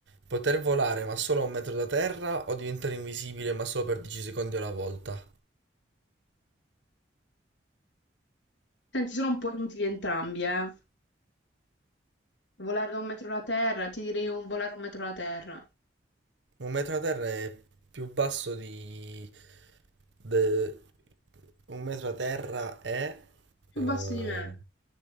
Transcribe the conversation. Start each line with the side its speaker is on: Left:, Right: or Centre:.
Right: poter volare ma solo a un metro da terra o diventare invisibile ma solo per 10 secondi alla volta?
Left: Senti, sono un po' inutili entrambi, eh. Volare da un metro alla terra, ti direi un volare un metro alla terra.
Right: Un metro da terra è più basso di... de- Un metro da terra è...
Left: Più
Right: eh,
Left: basso di me.